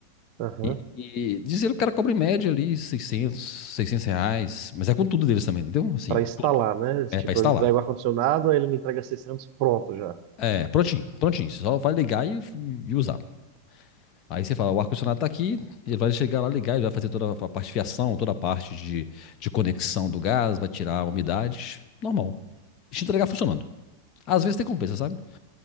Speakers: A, on the right; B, on the left.
A: Aham.
B: E, e dizer que o cara cobra em média ali 600, 600 reais. Mas é com tudo deles também, entendeu? Assim,
A: Para instalar,
B: tudo.
A: né?
B: É
A: Tipo,
B: pra instalar.
A: eu entrego o ar-condicionado, aí ele me entrega 600 pronto já.
B: É, prontinho, prontinho. Você só vai ligar e, e usar. Aí você fala, o ar-condicionado tá aqui, ele vai chegar lá, ligar, ele vai fazer toda a parte de fiação, toda a parte de, de conexão do gás, vai tirar a umidade, normal. E te entregar funcionando. Às vezes tem compensa, sabe?